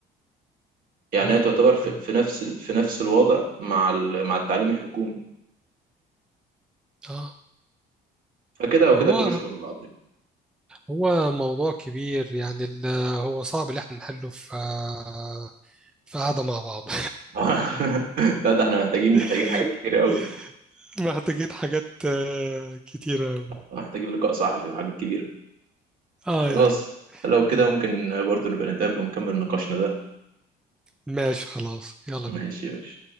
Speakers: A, on the right; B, in the centre.
A: يعني
B: تمام
A: هي تعتبر في
B: مم،
A: في نفس ال- في نفس الوضع مع ال- مع التعليم الحكومي
B: اه
A: فكده او
B: ما
A: كده
B: هو
A: كله شبه بعض
B: هو موضوع كبير يعني ال- هو صعب اللي احنا نحله في آه، في قعده مع بعض
A: <laughs> لا ده احنا محتاجين
B: <laughs>
A: محتاجين حاجات كتير قوي
B: محتاجين حاجات آه، كتيره أوي.
A: محتاجين لقاء صحفي وحاجات كبيره
B: اه
A: خلاص لو كده
B: ايوه
A: ممكن برضو نبقى نتقابل ونكمل نقاشنا ده
B: ماشي خلاص يلا
A: ماشي
B: بينا
A: يا باشا